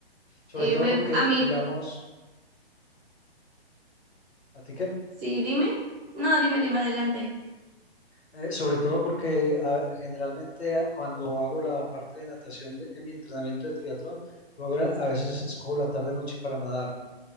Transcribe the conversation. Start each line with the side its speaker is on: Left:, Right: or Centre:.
Left: Sobre
Right: Eh,
Left: todo
Right: me,
Left: porque,
Right: a mí,
Left: digamos, ¿a ti qué?
Right: sí, dime. No, dime, dime adelante.
Left: Eh, sobre todo porque ah, generalmente ah, cuando hago la parte de natación de, en mi entrenamiento de triatlón, luego a a veces escojo la tarde noche para nadar.